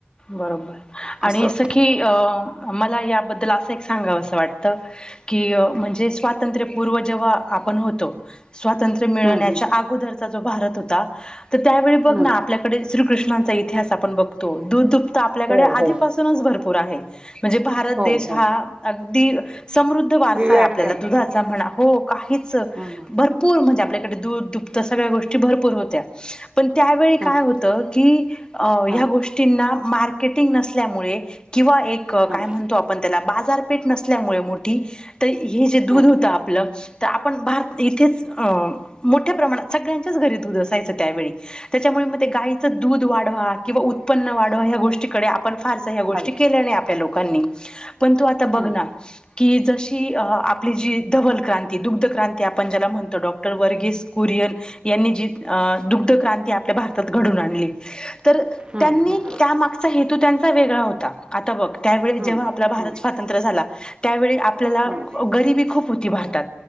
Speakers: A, on the left; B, on the right.
A: बरोबर
B: असं.
A: आणि सखी अ मला याबद्दल अस एक सांगाव अस वाटत की म्हणजे स्वातंत्र्यपूर्व जेव्हा आपण होतो स्वातंत्र्य
B: हम्म
A: मिळण्याच्या
B: हम्म
A: अगोदरचा जो भारत होता तर त्यावेळी बघना
B: हम्म.
A: आपल्याकडे श्रीकृष्णांचा इतिहास आपण बघतो दुध दुप्त आपल्याकडे
B: हो
A: आधीपासूनच
B: हो
A: भरपूर आहे. म्हणजे भारत
B: हो
A: देश
B: हो
A: हा अगदी समृद्ध वारसा
B: विवेर
A: आहे आपल्याला
B: ते ना
A: दुधाचा म्हणा हो काय हीच
B: हम्म
A: भरपूर म्हणजे आपल्याकडे
B: हम्म
A: दूध दुपत सगळ्या गोष्टी भरपूर होत्या पण त्यावेळी काय
B: हम्म.
A: होतं की ह्या
B: हम्म
A: गोष्टी मार्केटीग नसल्यामुळे किंवा एक काय
B: हम्म हम्म
A: म्हणतो आपण त्याला बाजारपेठ नसल्यामुळे मोठी तर हे जे दूध
B: हम्म.
A: होत आपल तर आपण भारत इथेच अं मोठ्या प्रमाणात सगळ्यांच्याच घरी दूध असायचं त्यावेळी त्याच्यामुळे मग ते गाईचं दूध वाढवा किंवा उत्पन्न वाढवा ह्या गोष्टीकडे आपण फारसा ह्या गोष्टी
B: हॅलो.
A: केल्या नाही आपल्या लोकांनी परंतु त बघना.
B: हम्म
A: की जशी आपली जी धवलक्रांती दुग्धक्रांती आपण ज्याला म्हणतो डॉक्टर वर्गेस कुरियन यांनी जी दुग्ध क्रांती आपल्या भारतात घडून आणली तर
B: हम्म
A: त्यांनी
B: हम्म
A: त्यामागचा हेतू त्यांचा वेगळा होता आता बघ त्यावेळे
B: हम्म
A: जेव्हा आपला भारत
B: हम्म
A: स्वातंत्र्य झाला त्यावेळी आपल्याला
B: हम्म.
A: गरिबी खूप होती भारतात